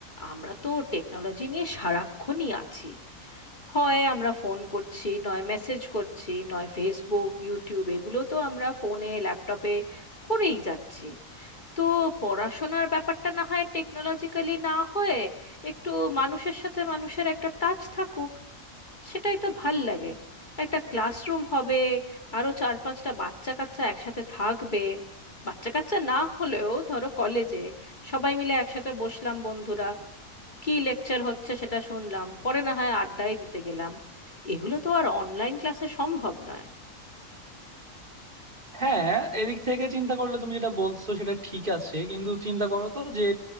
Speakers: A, on the left; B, on the right.
A: আমরা তো টেকনোলজি নিয়ে সারাক্ষণই আছি হয় আমরা ফোন করছি নয় মেসেজ করছি নয় ফেসবুক ইউটিউব এগুলো তো আমরা ফোনে ল্যাপটপে করেই যাচ্ছি তো পড়াশোনার ব্যাপারটা না হয় টেকনোলজিক্যালি না হয়ে একটু মানুষের সাথে মানুষের একটা টাচ থাকুক সেটাই তো ভাল লাগে একটা ক্লাসরুম হবে আরও চার পাঁচটা বাচ্চা কাচ্চা একসাথে থাকবে বাচ্চা কাচ্চা না হলেও ধরো কলেজে সবাই মিলে একসাথে বসলাম বন্ধুরা কি লেকচার হচ্ছে সেটা শুনলাম পরে না হয় আড্ডাই দিতে গেলাম এগুলো তো আর অনলাইন ক্লাসে সম্ভব নয়
B: হ্যাঁ এদিক থেকে চিন্তা করলে তুমি যেটা বলছো সেটা ঠিক আছে কিন্তু চিন্তা করো তো যে